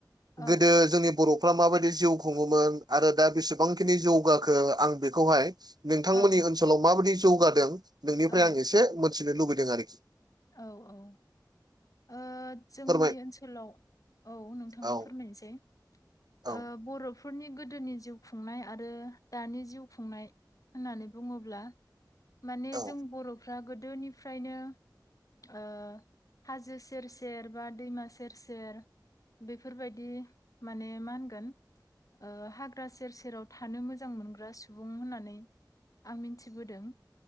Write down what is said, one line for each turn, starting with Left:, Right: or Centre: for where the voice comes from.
Left: औ
Right: गोदो जोंनि बर' फोरा माबायदि जिउ खुङोमोन आरो दा बेसेबांखिनि जौगाखो आं बेखौहाय नोंथांमोननि
Left: औ
Right: ओनसोलाव माबादि जौगादों नोंनिफ्राय
Left: औ
Right: आं एसे मिथिनो लुबैदों आरोखि।
Left: औ औ। ओ जोंनि
Right: फोरमाय
Left: ओनसोलाव औ नोंथांनो
Right: औ
Left: फोरमायनोसै।
Right: औ
Left: ओ बर'फोरनि गोदोनि जिउ खुंनाय आरो दानि जिउ खुंनाय होननानै बुङोब्ला माने
Right: औ
Left: जों बर'फ्रा गोदोनिफ्रायनो ओ हाजोस सेर सेर बा दैमा सेर सेर बेफोरबायदि माने मा होनगोन ओ हाग्रा सेर सेराव थानो मोजां मोनग्रा सुबुं होननानै आं मिनथिबोदों।